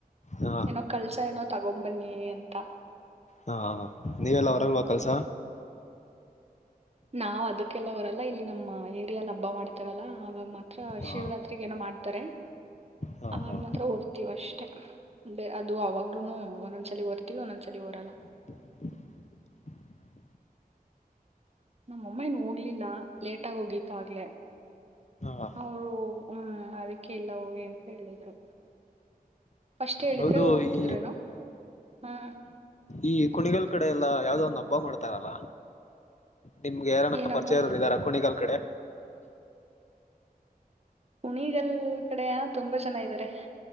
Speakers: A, on the left; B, on the right.
A: ಹಾ
B: ಏನೋ ಕಲ್ಸ ಏನೋ ತಗೊಬನ್ನಿ ಅಂತ
A: ಹ ನೀವೆಲ್ಲ ಹೊರಗವಾ
B: ನಮ್ಮಮ್ಮ
A: ಕೆಲ್ಸ
B: ನಾವ್ ಅದಕ್ಕೆಲ್ಲ ಹೊರಲ್ಲ ಇಲ್ಲಿ ನಮ್ಮ ಏರಿಯಲ್ಲಿ ಹಬ್ಬ ಮಾಡ್ತಾರಲ್ಲ ಆವಾಗ ಮಾತ್ರ
A: ಹಾ
B: ಶಿವರಾತ್ರಿಗ ಏನೋ ಮಾಡ್ತಾರೆ
A: ಹಾ
B: ಆಗ
A: ಹಾ
B: ಮಾತ್ರ ಹೊರ್ತೀವ ಅಷ್ಟೇ ಬೇರೆ ಅದು ಅವಾಗೂನು ಒಂದೊಂದ್ಸಲ ರ್ತಿಟವಿ ಒಂದೊಂದ್ಸಲಿ ಹರಲ್ಲ
A: <inaudible>
B: ನಮ್ಮ ಅಮ್ಮಾಯನ್ ಹೋಗ್ಲಿಲ್ಲ ಲೇಟಗ ಹೋಗಿತ ಆಗ್ಲೆೇ
A: ಹಾ
B: ಅವರು ಹ್ಮ್ ಅದಕ್ಕೆ ಇಲ್ಲ ಹೋಗಿ ಅಂತ ಹೇಳಿದ್ರು ಫಸ್ಟ್ ಹೇಳಿದ್ರೆ
A: ಹೌದು
B: ಹೋಗ್ತಿದ್ರೇನು
A: ಈ
B: ಹ್ಮ್
A: ಈ ಕುಣಿಗಲ್ ಕಡೆ ಎಲ್ಲಾ ಯಾವ್ದೋ ಒಂದು ಹಬ್ಬ ಮಾಡ್ತಾರಲ್ಲ ನಿಮ್ಗೆ ಯಾರನ
B: ಏನಬ್ಬಾ
A: ಪರಿಚಯರು ಇದ್ದಾರ ಕುಣಿಗಾಲ್ ಕಡೆ
B: ಉಣಿಗಲ್ ಕಡೆಯ ತುಂಬಾ ಚೆನ್ನ ಇದಾರೆ